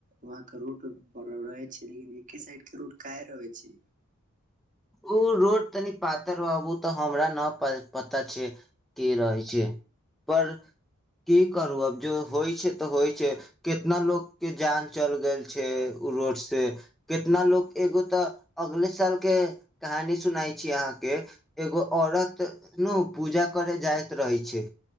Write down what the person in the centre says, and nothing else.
ओ रोड तनि पातर बाबू तऽ हमरा नहि पता छै के रहै छै पर की करू अब जो होइ छै तऽ होइ छै कितना लोग के जान चल गेल छै उ रोड से से कितना लोग एगो तऽ अगले साल के कहानी सुनाइ छी अहाँके के एगो औरत न पूजा करे जाइत रहै छै